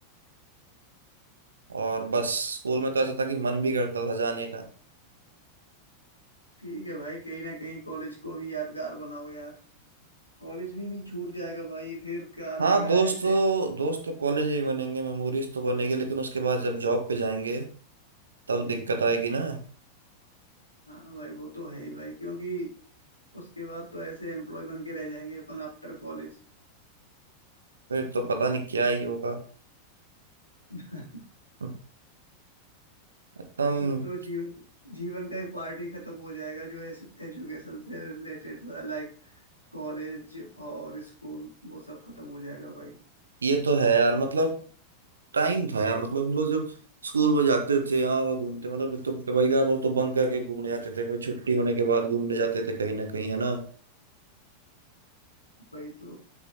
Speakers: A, on the right; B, on the left.
A: और बस स्कूल में तो ऐसा था कि मन भी करता था जाने का
B: ठीक है भाई कहीं ना कहीं कॉलेज को भी यादगार बनाओ यार कॉलेज भी, भी छूट जाएगा भाई फिर क्या रहेगा
A: हाँ दोस्त
B: ऐसे
A: तो दोस्त तो कॉलेज में ही बनेंगे मेमोरीज तो बनेगी लेकिन उसके बाद जब जॉब पे जाएंगे तब
B: हम्म,
A: दिक्कत आएगी ना
B: हाँ भाई वो तो है ही भाई क्योंकि उसके बाद तो ऐसे एम्प्लॉय बन के रह जाएंगे अपन आफ्टर कॉलेज
A: फिर तो पता नहीं क्या ही होगा
B: <laughs>
A: <laughs> एकदम
B: तो जीवन जीवन का एक पार्ट ही खत्म हो जाएगा जो एजुकेशन से रिलेटेड था लाइक कॉलेज और स्कूल वो सब खत्म हो जाएगा भाई
A: ये तो है यार मतलब टाइम था यार मतलब हम लोग जब स्कूल में जाते थे यहाँ वहाँ घूमते मतलब एक तो भाई का हम तो बंक करके घूमने जाते थे फिर छुट्टी होने के बाद घूमने जाते थे कहीं ना कहीं है ना
B: भाई तो